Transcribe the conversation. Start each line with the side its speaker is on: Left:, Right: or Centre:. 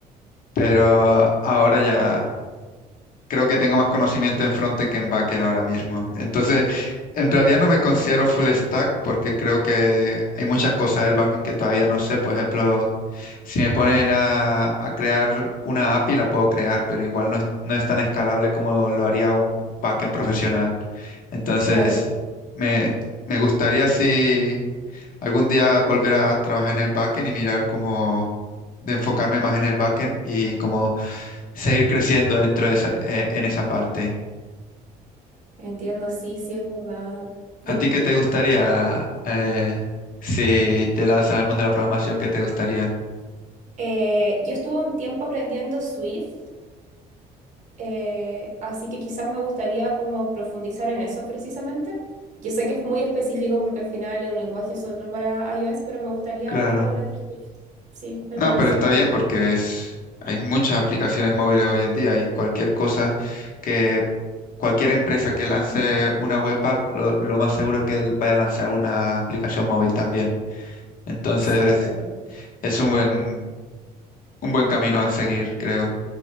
Left: pero ahora ya creo que tengo más conocimiento en frontend que en backend ahora mismo. Entonces, en realidad no me considero full stack porque creo que hay muchas cosas del backend que todavía no sé. Por ejemplo, si me ponen a, a crear una API, la puedo crear, pero igual no es, no es tan escalable como lo haría un backend profesional. Entonces,
Right: Claro,
Left: me, me gustaría si algún día volver a trabajar en el backend y mirar cómo de enfocarme más en el backend y como seguir creciendo dentro de esa, eh, en esa parte.
Right: entiendo, sí, sí es verdad. Dime.
Left: ¿A ti qué te gustaría eh, si te lanzas al mundo de la programación? ¿Qué te gustaría?
Right: Eh, yo estuve un tiempo aprendiendo Swift, eh, así que quizás me gustaría como profundizar en eso precisamente. Yo sé que es muy específico porque al final es un lenguaje solo para iOS, pero me gustaría
Left: Claro.
Right: aprender Swift. Sí, me
Left: No,
Right: pareció.
Left: pero está bien porque es, hay muchas aplicaciones móviles hoy en día y cualquier cosa que cualquier empresa que lance una web app, lo, lo más seguro es que él vaya a lanzar una aplicación móvil también. Entonces,
Right: eh, Sí, es verdad.
Left: es un buen, un buen camino a seguir, creo.